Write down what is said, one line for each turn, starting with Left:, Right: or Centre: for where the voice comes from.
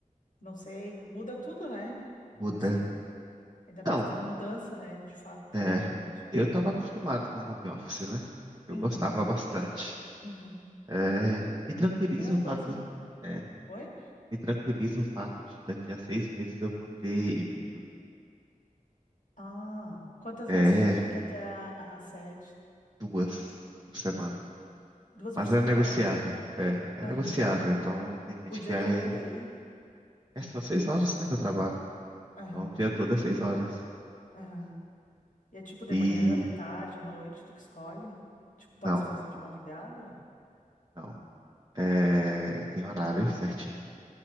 Left: Não sei, muda tudo, né?
Right: muda.
Left: Assim, ainda
Right: Então,
Left: mais que teve mudança, né? De fato,
Right: É,
Left: literalmente.
Right: eu estava acostumado com home office, né? Eu
Left: Uhum,
Right: gostava bastante.
Left: uhum.
Right: É, me tranquiliza
Left: Melhor
Right: o fato,
Left: coisa, né?
Right: é,
Left: Oi?
Right: me tranquiliza o fato de daqui a seis meses eu vou ter híbrido.
Left: Ah, quantas
Right: É,
Left: vezes tu vai ter que ir até a, a sede?
Right: duas por semana.
Left: Duas
Right: Mas
Left: por semana?
Right: é negociável, é, é
Left: Aham.
Right: negociável. Então tem gente
Left: O dia
Right: que é,
Left: todo daí?
Right: é só seis horas, né, que eu trabalho.
Left: Aham,
Right: Então o dia todo é seis horas.
Left: aham. E é tipo de
Right: E
Left: manhã, de tarde, à noite, tu que escolhe? Tipo,
Right: não,
Left: pode fazer de madrugada, não?
Right: não. É, tem horário certinho.